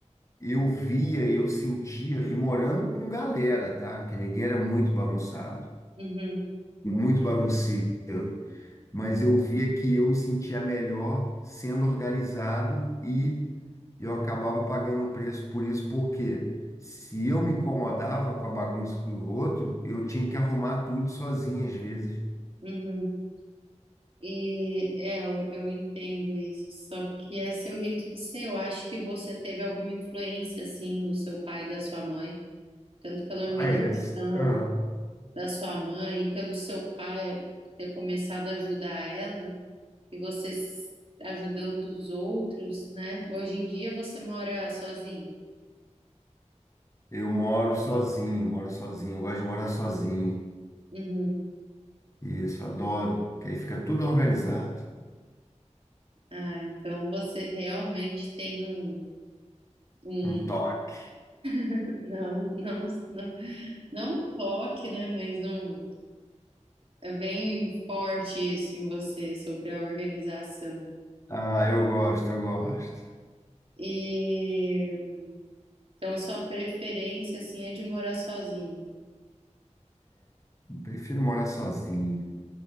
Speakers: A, on the left; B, on the right.
A: eu via e eu sentia, e morando com galera, tá? Que ninguém era muito bagunçado.
B: uhum,
A: muito bagunceiro, mas eu via que eu me sentia melhor sendo organizado e eu acabava pagando o preço por isso, porque se eu me incomodava com a bagunça do outro, eu tinha que arrumar tudo sozinho às vezes.
B: uhum. E é, eu, eu entendo isso, só que é seu jeito de ser. Eu acho que você teve alguma influência, assim, do seu pai e da sua mãe, tanto pela organização
A: Ah, é. Ah,
B: da sua mãe, pelo seu pai ter começado a ajudar ela. e você s- ajudando os outros, né? Hoje em dia você mora sozinho?
A: Eu moro sozinho, moro sozinho, eu gosto de morar sozinho.
B: Uhum.
A: Isso, adoro, que aí fica tudo organizado.
B: Ah, então você realmente tem um, um
A: Um toque.
B: <laughs> não, não, não, não um toque, né? Mas um é bem forte isso em você sobre a organização.
A: Ah, eu gosto, eu gosto.
B: E então sua preferência assim é de morar sozinho.
A: Prefiro morar sozinho.